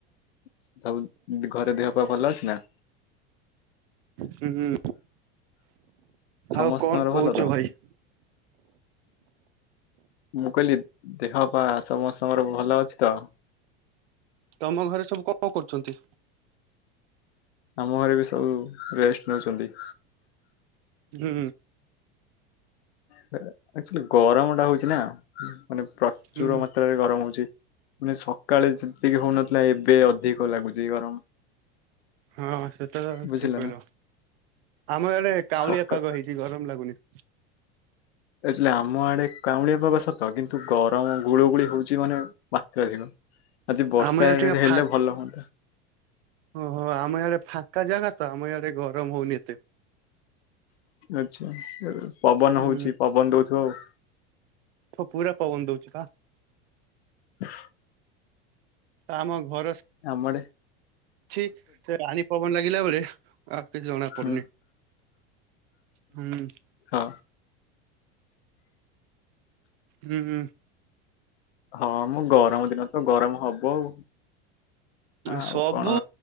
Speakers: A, on the left; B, on the right.
A: ସବୁ ଘରେ ଦେହପା ଭଲ ଅଛି ନା।
B: ହୁଁ
A: ସମସ୍ତଙ୍କର
B: ଆଉ କଣ କହୁଛ
A: ଭଲ ତ?
B: ଭାଇ।
A: ମୁଁ କହିଲି ଦେହପା ସମସ୍ତଙ୍କର ଭଲ ଅଛି ତ।
B: ତମ ଘରେ ସବୁ କଣ କରୁଛନ୍ତି?
A: ଆମ ଘରେ ବି ସବୁ ରେଷ୍ଟ ନେଉଛନ୍ତି।
B: ହୁଁ।
A: ସେ ଆକଚୁଆଲି ଗରମ ଟା ହଉଛି ନା। ମାନେ ପ୍ରଚୁର
B: ହୁଁ
A: ମାତ୍ରାରେ ଗରମ ହଉଛି। ମାନେ ସକାଳେ ଯେତିକି ହଉନଥିଲା ଏବେ ଅଧିକ ଲାଗୁଛି ଗରମ।
B: ହଁ ସେତ ତ
A: ବୁଝିଲେ
B: ଠିକ କହିଲ।
A: ନା।
B: ଆମ ଇଆଡ଼େ ଟାଉଁଲିଆ
A: ସକା
B: ପାଗ ହେଇଛି। କି ଗରମ ଲାଗୁନି।
A: ଆକଚୁଆଲି ଆମ ଆଡେ କାଉଁଳିଆ ପାଗ ସତ। କିନ୍ତୁ ଗରମ ଗୁଳୁ ଗୁଳି ହଉଛି ମାନେ ମାତ୍ରାଧିକ। ଆଜି ବର୍ଷା
B: ଆମ ଇଆଡେ ଟିକେ
A: ହେଲେ
B: ଫା
A: ଭଲ ହୁଅନ୍ତା।
B: ଓହୋ ଆମ ଇଆଡେ ଫାଙ୍କା ଜାଗା ତ, ଆମ ଇଆଡେ ଗରମ ହଉନି ଏତେ।
A: ଆଚ୍ଛା, ପବନ
B: ହୁଁ।
A: ହଉଛି ପବନ ଦଉଥିବ ଆଉ।
B: ପ ପୁରା ପବନ ଦଉଛି ପା।
A: <unintelligible>
B: ତ ଆମ ଘର ସ
A: ଆମ ଆଡ଼େ
B: ଅଛି। ସେ ରାଣୀ ପବନ ଲାଗିଲା ବେଳେ ଆଉ କିଛି ଜଣା
A: ହୁଁ
B: ପଡୁନି। ହୁଁ।
A: ହଁ।
B: ହୁଁ ହୁଁ।
A: ହଁ ମ ଗରମ ଦିନ ତ ଗରମ ହବ ଆଉ। ଆଉ
B: ସବୁ
A: କଣ